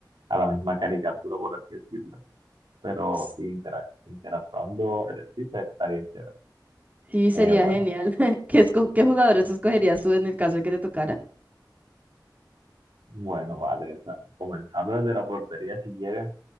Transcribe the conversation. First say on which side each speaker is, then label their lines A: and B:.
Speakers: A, on the right; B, on the right.
A: a la misma caricatura, por así decirlo. Pero
B: S-
A: sí, intera- interactuando entre sí se- estaría chévere.
B: Sí, sería
A: Eh, bueno,
B: genial. <laughs>
A: no.
B: ¿Qué, esco- qué jugadores escogerías tú en el caso de que te tocara?
A: Bueno, vale. o sea, comenzando desde la portería, si quieres,